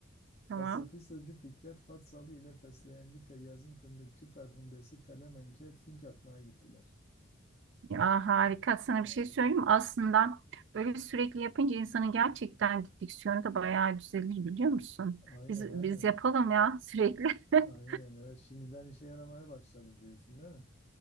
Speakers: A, on the left (about 30°); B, on the right (about 60°).
A: Fasafisocu
B: Tamam.
A: Fikret Fatsalı ile Fesleyenci Feyyaz'ın fındıkçı Ferhundesi Felemenk'e fink atmaya gittiler.
B: Ya harika. Sana
A: Evet.
B: bir şey söyleyeyim mi? Aslında böyle sürekli yapınca insanın gerçekten diksiyonu da bayağı düzelir biliyor musun?
A: Aynen,
B: Biz,
A: aynen.
B: biz yapalım ya sürekli. <laughs>
A: Aynen, evet. Şimdiden işe yaramaya başladı diyorsun değil mi?